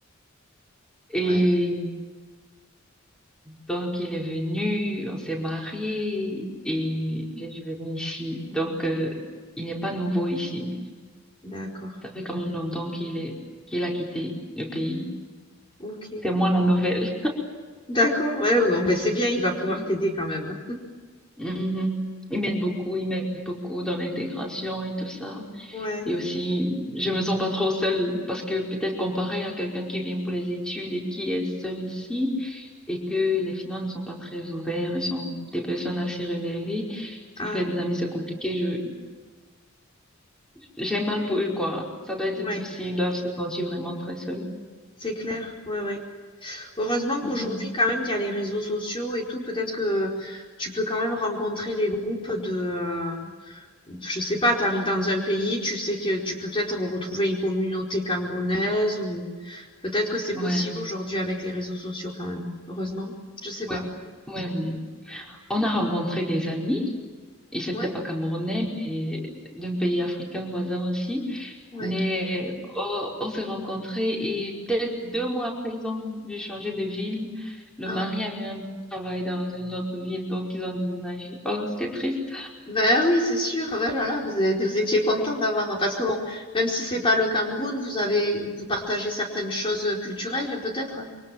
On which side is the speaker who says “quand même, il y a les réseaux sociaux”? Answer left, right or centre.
Left